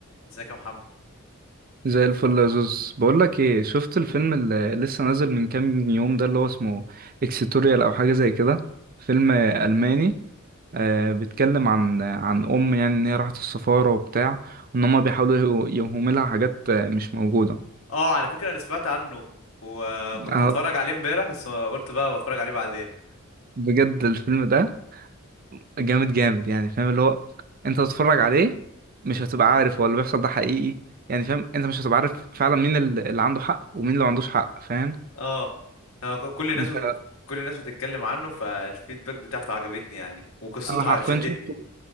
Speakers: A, on the left; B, on the right.
A: ازيك يا محمد
B: زي الفل يا زوز بقول لك ايه شفت الفيلم اللي لسه نازل من كام يوم ده اللي هو اسمه اكسيتوريال او حاجه زي كده فيلم الماني آه بيتكلم عن عن ام يعني ان هي راحت السفاره وبتاع وان هم بيحاولوا يهو- يوهموا لها حاجات آه، مش موجوده
A: اه على فكرة انا سمعت عنه وكنت
B: آه
A: هتفرج عليه امبارح بس قلت بقى بتفرج عليه بعدين
B: بجد الفيلم ده جامد جامد يعني فاهم اللي هو انت تتفرج عليه مش هتبقى عارف هو اللي بيحصل ده حقيقي يعني فاهم انت مش هتبقى عارف فعلا مين ال- اللي عنده حق ومين اللي ما عندوش حق فاهم
A: اه آه، ك- كل الناس
B: انت
A: بت... كل الناس بتتكلم عنه فالفيدباك بتاعته عجبتني يعني وقصته
B: انا حرفيا
A: ع- شدتني
B: شفته